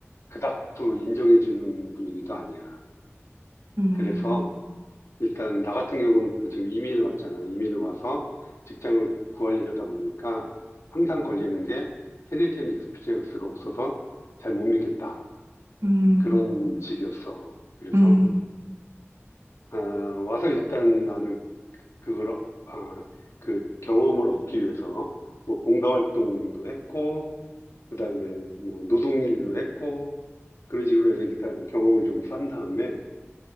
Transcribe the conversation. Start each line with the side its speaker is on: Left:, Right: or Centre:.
Left: 그닥 또 인정해 주는 분위기도 아니야.
Right: 음,
Left: 그래서 일단 나 같은 경우는 지금 이민을 왔잖아. 이민을 와서 직장을 구하려다 보니까 항상 걸리는 게 캐네디언 익스피리언스가 없어서 잘 못 믿겠다.
Right: 음,
Left: 그런
Right: 음,
Left: 식이었어. 그래서
Right: 음,
Left: 아, 와서 일단 나는 그걸 어- 아, 그 경험을 얻기 위해서 뭐 봉사활동도 했고 그다음에 뭐 노동일도 했고 그런 식으로 해서 일단 경험을 좀 쌓은 다음에